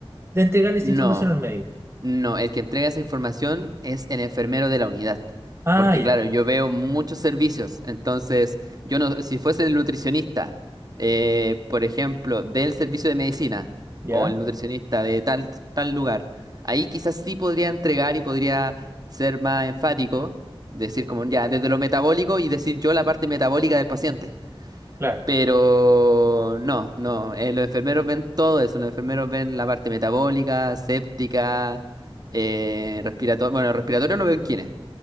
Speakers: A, on the right; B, on the right.
A: de entregarle esa
B: No,
A: información al médico.
B: no, el que entrega esa información es el enfermero de la unidad.
A: Ah,
B: Porque
A: ya,
B: claro, yo veo muchos servicios, entonces yo no, si fuese el nutricionista, eh, por ejemplo, del servicio de medicina
A: ya,
B: o el nutricionista de tal, tal lugar, ahí quizás sí podría entregar y podría ser más enfático, decir como ya, desde lo metabólico y decir yo la parte metabólica del paciente.
A: claro,
B: Pero no, no, eh, los enfermeros ven todo eso, los enfermeros ven la parte metabólica, séptica, eh, respiratoria, bueno, respiratorio lo ven quiénes.